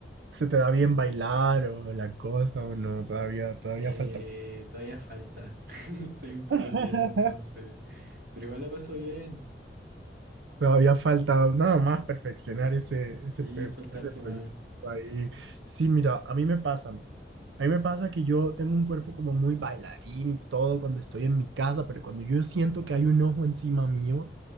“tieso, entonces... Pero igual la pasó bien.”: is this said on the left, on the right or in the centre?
Right